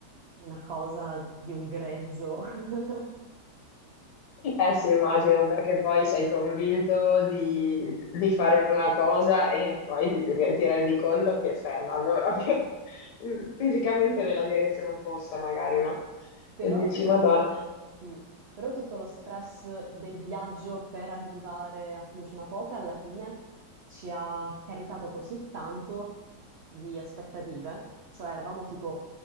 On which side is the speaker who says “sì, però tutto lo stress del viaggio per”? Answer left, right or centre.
Right